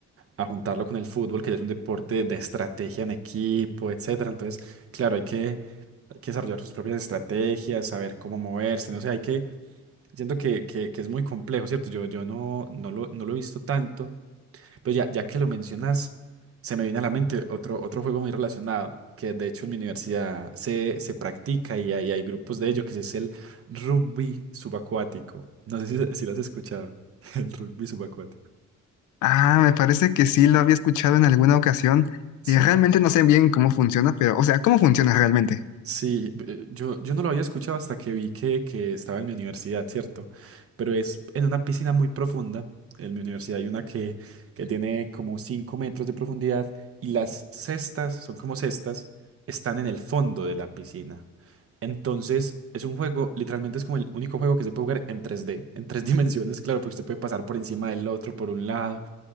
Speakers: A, on the right (about 50°); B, on the left (about 75°).
A: a juntarlo con el fútbol, que ya es un deporte de estrategia en equipo, etcétera. Entonces, claro, hay que, hay que desarrollar sus propias estrategias, saber cómo moverse, no sé, hay que, siento que, que, que es muy complejo, ¿cierto? Yo, yo no, no lo, no lo he visto tanto, pero ya, ya que lo mencionas, se me viene a la mente otro, otro juego muy relacionado, que de hecho en mi universidad se, se practica y hay, hay grupos de ello, que es el rugby subacuático. No sé si, si lo has escuchado, <laughs> el rugby subacuático.
B: Ah, me parece que sí lo había escuchado en alguna ocasión.
A: sí
B: Eh, realmente no sé bien cómo funciona, pero, o sea, ¿cómo funciona realmente?
A: Sí, eh, yo, yo no lo había escuchado hasta que vi que, que estaba en mi universidad, ¿cierto? Pero es en una piscina muy profunda. En mi universidad hay una que, que tiene como 5 metros de profundidad y las cestas, son como cestas, están en el fondo de la piscina. Entonces, es un juego, literalmente es como el único juego que se puede jugar en tres d en tres <laughs> dimensiones, claro, porque usted puede pasar por encima del otro, por un lado.